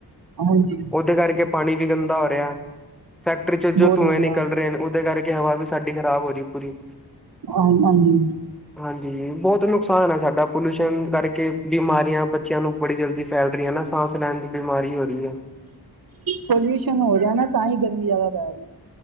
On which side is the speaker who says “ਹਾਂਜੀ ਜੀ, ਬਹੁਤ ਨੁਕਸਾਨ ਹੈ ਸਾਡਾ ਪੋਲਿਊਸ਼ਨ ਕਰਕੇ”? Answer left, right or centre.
Centre